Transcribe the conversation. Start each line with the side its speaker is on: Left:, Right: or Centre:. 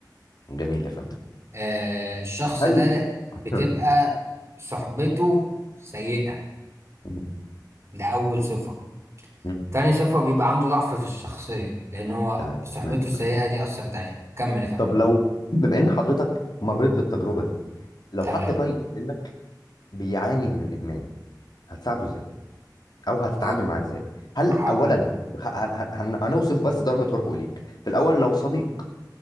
Left: جميل يا فندم
Right: آه الشخص
Left: هل
Right: ده
Left: <clears throat>
Right: بتبقى صحبته سيئة
Left: م-
Right: ده أول صفة
Left: م-
Right: تاني صفة بيبقى عنده ضعف في الشخصية لأن هو
Left: تمام
Right: صحبته
Left: تمام
Right: السيئة
Left: تمام
Right: دي أثرت عليه كمل يا فندم
Left: طب لو <clears throat> بما إن حضرتك مريت بالتجربة دي لو
Right: تمام
Left: حد قريب منك بيعاني من الإدمان هتساعده إزاي؟ او هتتعامل
Right: أهو
Left: معاه ازاي هل
Right: ح-
Left: اولا خ- هن- هن- هن- هنوصف بس درجه قربه اليك في الاول لو صديق